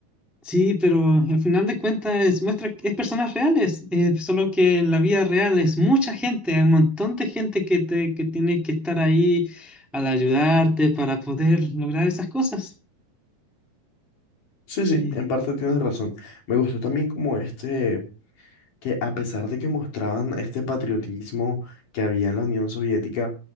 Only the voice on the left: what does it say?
Sí, sí,
en parte tienes razón. Me gustó también como este, que a pesar de que mostraban este patriotismo que había en la Unión Soviética,